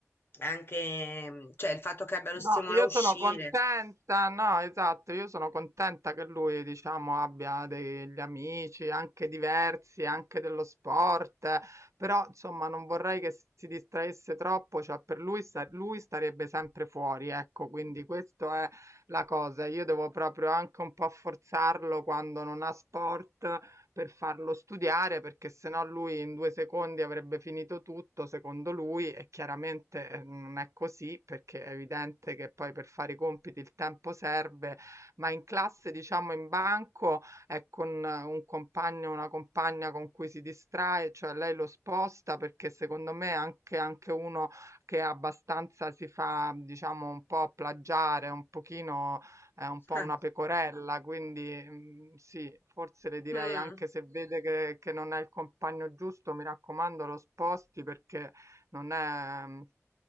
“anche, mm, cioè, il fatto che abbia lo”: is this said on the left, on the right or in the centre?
Left